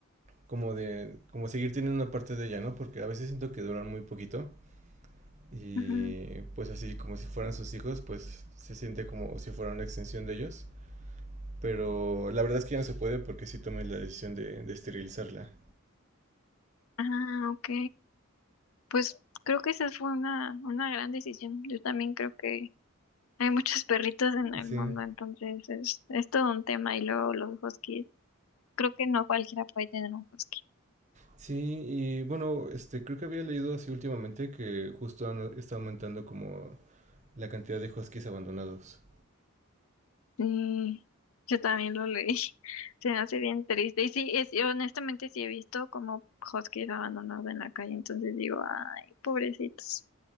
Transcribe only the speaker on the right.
como de, como seguir teniendo una parte de ella, ¿no? Porque a veces siento que duran muy poquito y
pues así como si fueran sus hijos, pues se siente como si fuera una extensión de ellos. Pero la verdad es que ya no se puede porque sí tomé la decisión de, de esterilizarla.
Sí.
Sí, y bueno, este, creo que había leído así últimamente que justo han- está aumentando como la cantidad de huskies abandonados.